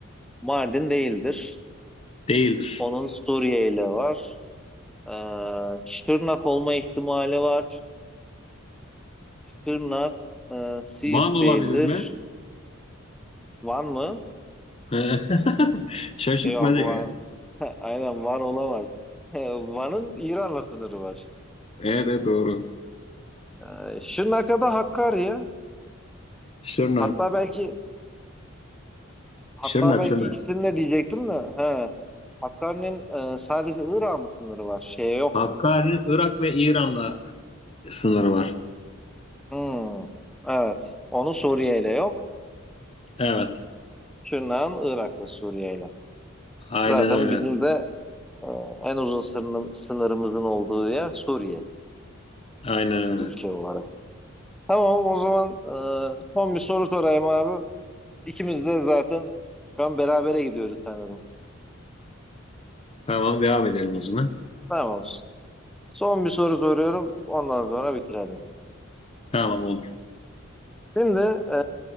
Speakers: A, in the centre; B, on the left.
A: Mardin değildir.
B: Değildir.
A: Onun Suriye ile var. Ee, Şırnak olma ihtimali var. Şırnak, e, Siirt
B: Van olabilir
A: değildir.
B: mi?
A: Van mı?
B: <laughs> Şaşırtmadı
A: Yok Van.
B: ya.
A: <laughs> Aynen Van olamaz. <laughs> Van'ın İran'la sınırı var.
B: Evet doğru.
A: Ee, Şırnak'a da Hakkari
B: Şırnak.
A: Hatta belki hatta
B: Şırnak,
A: belki
B: Şırnak.
A: ikisini de diyecektim de. He. Hakkari'nin e, sadece Irak'a mı sınırı var? Şeye yok
B: Hakkari'nin
A: mu?
B: Irak ve İran'la sınırı var.
A: Hmm, evet. Onu Suriye ile yok.
B: Evet.
A: Şırnak'ın Irak ve Suriye ile.
B: Aynen
A: Zaten
B: öyle.
A: bizim de e, en uzun sınırın- sınırımızın olduğu yer Suriye
B: Aynen öyle.
A: ülke olarak. Tamam o zaman e, son bir soru sorayım abi. İkimiz de zaten şu an berabere gidiyoruz sanırım.
B: Tamam devam edelim o zaman.
A: Tamam. Son bir soru soruyorum. Ondan sonra bitirelim.
B: Tamam olur.
A: Şimdi e,